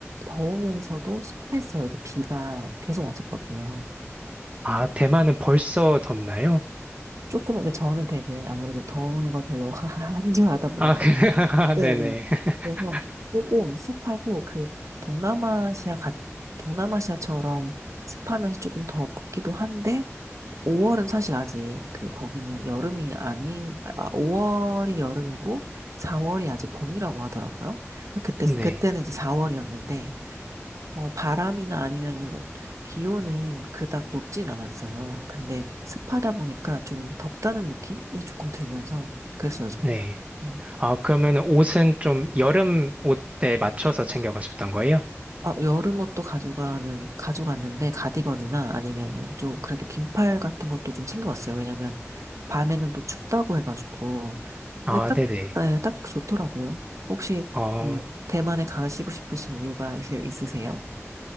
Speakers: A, on the right (about 90°); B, on the right (about 30°).
A: 더우면서도 습했어요. 이렇게 비가 계속 왔었거든요.
B: 아, 대만은 벌써 덥나요?
A: 조금, 근데 저는 되게 아무래도 더운 걸 별로 <laughs> 안 좋아하다 보니까.
B: 아, 그, <laughs>
A: 네.
B: 네네. <laughs>
A: 그래서 조금 습하고 그 동남아시아 같, 동남아시아처럼 습하면서 조금 덥기도 한데, 5월은 사실 아직 그 거기는 여름이 아니, 아, 5월이 여름이고 4월이 아직 봄이라고 하더라고요. 그때
B: 네.
A: 그때는 이제 4월이었는데 어, 바람이나 아니면은 기온은 그닥 높진 않았어요. 근데 습하다 보니까 좀 덥다는 느낌이 조금 들면서 그랬어요 저는.
B: 네.
A: 음.
B: 아, 그러면 옷은 좀 여름 옷에 맞춰서 챙겨가셨던 거예요?
A: 아, 여름 옷도 가져가는 가져갔는데 가디건이나 아니면은 좀 그래도 긴팔 같은 것도 좀 챙겨왔어요. 왜냐면 밤에는 또 춥다고 해가지고.
B: 아,
A: 근데 딱,
B: 네네.
A: 네, 딱 좋더라고요. 혹시
B: 어,
A: 음, 대만에 가시고 싶으신 이유가 <laughs> 있- 있으세요?